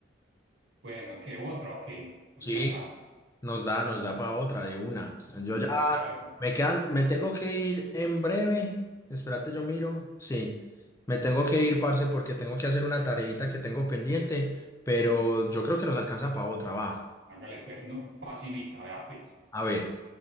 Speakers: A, on the right (about 70°); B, on the left (about 15°).
A: Bueno, ¿qué otra o qué? O
B: Sí,
A: sea, Sara.
B: nos da, nos da para otra de una. Yo
A: Listo,
B: ya
A: hágale pues.
B: me quedan, me tengo que ir en breve. Espérate, yo miro. Sí, me tengo que ir, parce, porque tengo que hacer una tareita que tengo pendiente, pero yo creo que nos alcanza para otra, va.
A: Hágale pues. No, facilita, vea pues.
B: A ver.